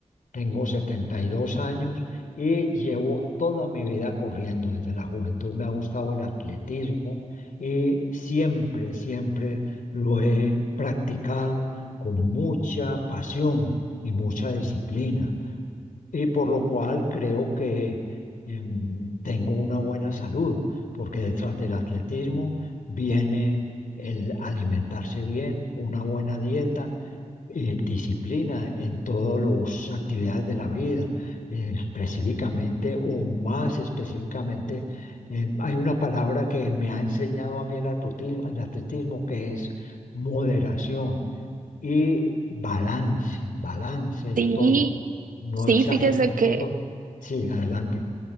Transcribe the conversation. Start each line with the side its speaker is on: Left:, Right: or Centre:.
Left: Tengo 72 años y llevo toda mi vida corriendo. Desde la juventud me ha gustado el atletismo y siempre, siempre lo he practicado con mucha pasión y mucha disciplina y por lo cual creo que em, tengo una buena salud, porque detrás del atletismo viene el alimentarse bien, una buena dieta, eh, disciplina en todas las actividades de la vida, eh, específicamente o más específicamente. em, hay una palabra que me ha enseñado a mí el atletismo, el atletismo que es moderación y balance, balance en
Right: Sí,
Left: todo, no
Right: sí,
Left: exagerarme
Right: fíjese que
Left: en todo. Sí, adelante.